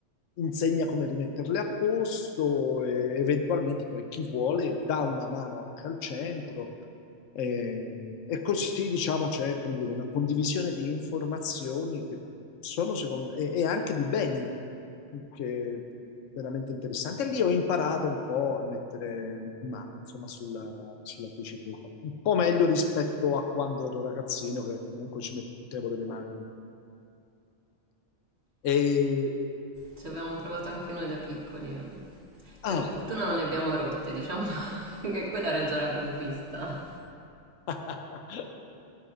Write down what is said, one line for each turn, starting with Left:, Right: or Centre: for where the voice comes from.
Left: insegna come rimetterle a posto e eventualmente poi chi vuole dà una mano anche al centro. Eh, e così diciamo c'è come dire, una condivisione di informazioni che sono secondo e, e anche di beni che è veramente interessante. E lì ho imparato un po' a mettere mano insomma sulla, sulla bicicletta, un po' meglio rispetto a quando ero ragazzino che comunque ci mettevo delle mani e...
Right: Ci abbiamo provato anche noi da piccoli. e Per
Left: Ah,
Right: fortuna non le abbiamo rotte, diciamo <laughs> che quella era già la conquista.
Left: <laughs>